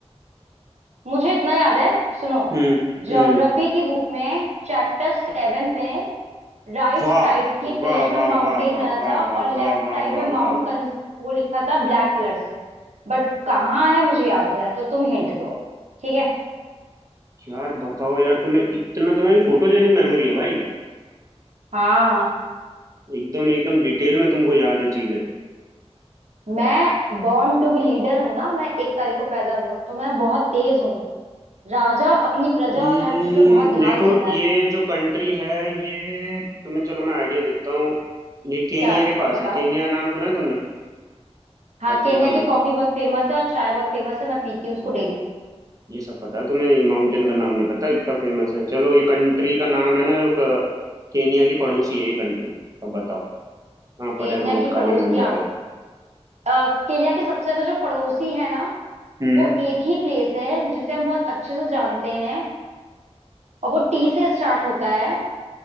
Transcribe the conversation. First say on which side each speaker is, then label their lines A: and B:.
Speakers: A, on the right; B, on the right.
A: मुझे इतना याद है सुनो
B: हम्म
A: ज्योग्राफी
B: हम्म
A: की बुक में चैप्टर सेवन में राइट
B: वाह
A: साइड के
B: वाह
A: पेज में
B: वाह
A: माउंटेन
B: वाह वाह
A: बना
B: वाह
A: था और
B: वाह
A: लेफ्ट
B: वाह वाह
A: साइड
B: वाह
A: में माउंट
B: वाह वाह
A: कंज वो लिखा था ब्लैक कलर से बट कहाँ है मुझे याद नहीं आ रहा तो तुम हिंट दो अब ठीक है
B: यार बताओ यार तुम्हें इतना तुम्हारी फोटोजेनिक मेमोरी है भाई
A: हाँ
B: एकदम एकदम डिटेल में तुमको याद है चीजें
A: मैं बॉर्न टू बी लीडर हूँ ना मैं एक तारीख को पैदा हुई हूँ तो मैं बहुत तेज हूँ राजा अपनी प्रजा
B: हम्म,
A: और हर चीज पे बहुत ध्यान
B: देखो
A: देता है
B: ये जो कंट्री है ये तुम्हें चलो मैं आइडिया देता हूँ ये केनिया
A: क्या
B: के पास
A: बताओ
B: है केनिया नाम सुना है तुमने
A: हाँ
B: अफ्रीका
A: केन्या
B: में
A: की कॉफी बहुत फेमस है और चाय बहुत फेमस है मैं पीती हूँ उसको
B: हाँ
A: डेली
B: ये सब पता है तुम्हें ये माउंटेन का नाम नहीं पता इतना फेमस है चलो ये कंट्री का नाम है ना जो क- केनिया की पड़ोसी है ये कंट्री अब बताओ कहाँ पर
A: केन्या
B: है माउंट
A: की
B: कालीमंजारो
A: पड़ोसियाँ अ, केन्या के सबसे ज्यादा जो पड़ोसी है ना
B: हम्म
A: वो एक ही प्लेस है जिसे हम बहुत अच्छे से जानते हैं और वो टी से स्टार्ट होता है